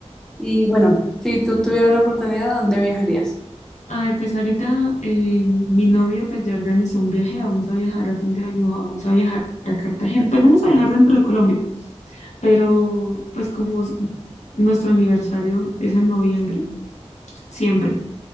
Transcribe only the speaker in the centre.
Y bueno, si tú tuvieras la oportunidad, ¿a dónde viajarías?